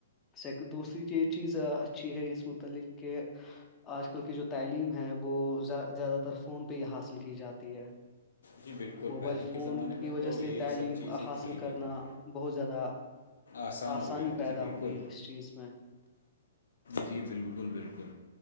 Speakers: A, on the left; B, on the left.
A: س دوسری چیز چیز اچھی ہے اس متعلق کہ آج کل کی جو تعلیم ہے وہ زیادہ تر فون پہ ہی حاصل کی جاتی ہے
B: جی بالکل
A: موبائل
B: پہلے
A: فون
B: کے زمانے
A: کی
B: میں
A: وجہ
B: تو
A: سے
B: یہ
A: تعلیم
B: سب چیزیں
A: حاصل
B: تھی نہیں
A: کرنا بہت زیادہ
B: آسان
A: آسانی
B: ہو گیا
A: پیدا
B: جی بالکل
A: ہوئی ہے اس چیز میں
B: جی بالکل بالکل